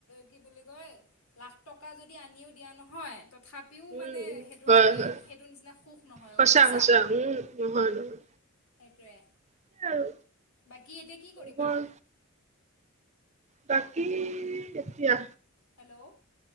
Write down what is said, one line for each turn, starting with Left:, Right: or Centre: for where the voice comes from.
Left: কি বুলি কয় লাখ টকা যদি আনিও দিয়া নহয় তথাপিও
Right: উম
Left: মানে
Right: উম,
Left: সেইটো
Right: হয়
Left: হেৰি
Right: হয়
Left: সেইটোৰ নিচিনা সুখ নহয়
Right: সঁচা
Left: গম পাইছা?
Right: সঁচা উম নহয় নহয়
Left: সেইটোৱে।
Right: সেই আৰু
Left: বাকী এতিয়া কি কৰিবা?
Right: মানুহৰ বাকী এতিয়া
Left: হেল্ল'